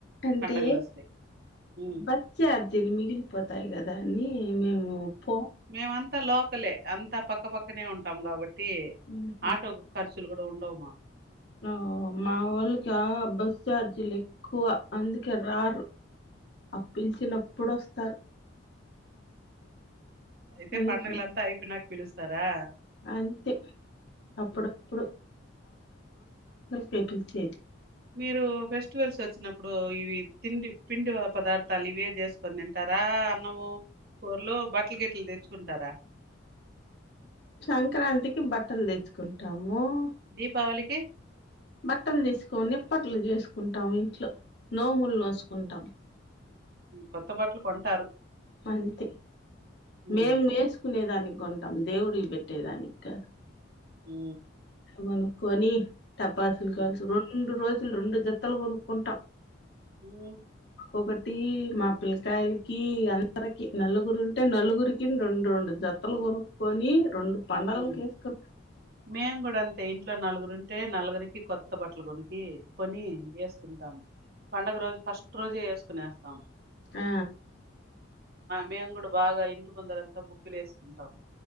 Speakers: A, on the left; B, on the right.
A: అంటే
B: పండగలు వస్తే ఉమ్.
A: బచ్చ ఛార్జిలు మిగిలిపోత వతాయి కదా అని మేము పో
B: మేమంతా లో పక్కలే అంత పక్కపక్కనే ఉంటాం కాబట్టి టి
A: ఉహు.
B: ఆటో ఖర్చులు కూడా ఉండవు
A: ఆ మా వాళ్ళకి బస్ ార్జీలు ఎక్కువ అందుకే రారు ఆ పిలిచినప్పుడు వస్తారు
B: అయితే
A: అందుకే
B: పండగలంతా అయిపోయి నాకు పిలుస్తారా
A: అంతే అప్పుడప్పుడు పెట్లు చే
B: మీరు ఫెస్టివల్స్ వచ్చినప్పుడు ఇవి తిండి పిండి పదార్థాలు ఇవే చేసుకొని తింటారా అన్నము కూఊర్లో బట్టల గిట్లు తెచ్చుకుంటారా
A: సంక్రాంతికి బట్టలు తెచ్చుకుంటాము
B: దీపావళికి?
A: ో బట్టలు తీసుకని నిప్పట్లు చేసుకుంటాం ఇంట్లో నోములు నోసుకుంటాం
B: కొత్త బట్టలు కొంటారు
A: అంతే
B: హ్మ్.
A: మేము వేసుకునే దానికి కొంటాం దేవుడికి పెట్టేదానికి కాదు
B: ఉ
A: తనుకుని టపాార్సులు
B: హ్మ్.
A: కాల్ రెండు రోజు రెండు జత్తలు కొనుక్కుంటాం
B: హ్మ్.
A: ఒకక మా పిల్లకాయలకి అందరికి నలుగురు ఉంటే నలుగురికి రెండు రెండు జత్తలు కొనుక్కకుొని రెండు పండగలు
B: హ్మ్.
A: కేసుకు
B: మేము కూడా అంతే ఇంట్లో నలుగురు ఉంటే నలుగురికి కొత్త బట్టలు కొను ఏ కొని ఎ ంటాము పండుగ రోజు ఫస్ట్ రోజు వసుకునేస్తాం
A: ఆ
B: మేము కూడా బాగా ఇంటికందరంతా ముగ్గులు వేసుకుంటాము